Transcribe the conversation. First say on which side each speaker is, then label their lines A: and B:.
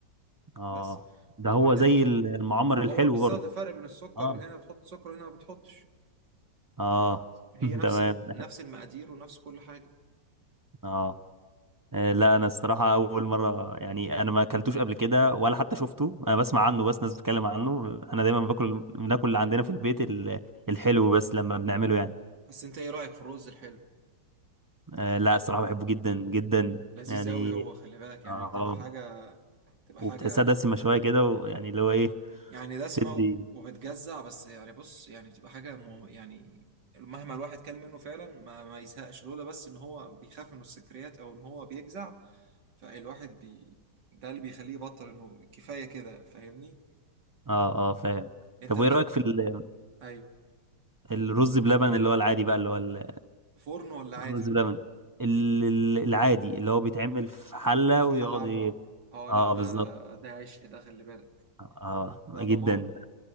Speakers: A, on the right; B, on the right.
A: اه
B: بس
A: ده
B: وطبعا
A: هو زي المعمر
B: هو
A: الحلو
B: بالظبط
A: برضه
B: الفرق بين السكر
A: اه
B: هنا بتحط سكر هنا ما بتحطش
A: اه
B: هي
A: <laughs>
B: نفس
A: تمام
B: نفس المقادير ونفس كل حاجة
A: اه آه، لا انا الصراحه اول مره يعني انا ما اكلتوش قبل كده ولا حتى شفته انا بسمع عنه بس ناس بتتكلم عنه انا دايما باكل بناكل اللي عندنا في البيت ال- الحلو بس لما بنعمله يعني
B: بس انت ايه رأيك في الرز الحلو
A: آه، لا الصراحه بحبه جدا جدا
B: لذيذ
A: يعني
B: قوي هو خلي بالك يعني
A: اه
B: بتبقى
A: آه،
B: حاجة بتبقى
A: وبتحسها
B: حاجة
A: دسمه شويه كده ويعني اللي هو ايه
B: يعني دسمة
A: تدي
B: و- وبتجزع بس يعني بص يعني بتبقى حاجة مو يعني مهما الواحد كل منه فعلا ما, ما يزهقش لولا بس إن هو بيخاف من السكريات أو إن هو بيجزع فالواحد بي ده اللي بيخليه يبطل إنه كفاية كده فاهمني
A: اه اه فاهم
B: أنت
A: طب
B: بتح...
A: وايه رايك في ال-
B: أيوه
A: الرز بلبن اللي هو العادي بقى اللي هو ال-
B: فرن ولا عادي
A: الرز بلبن ال- ال- العادي اللي هو بيتعمل في حلة
B: في ال- في
A: ويقعد
B: حلة على
A: إيه،
B: النار أه
A: اه
B: لا ده
A: بالظبط
B: ده عشق ده خلي بالك
A: اه
B: ده
A: جدا
B: دمار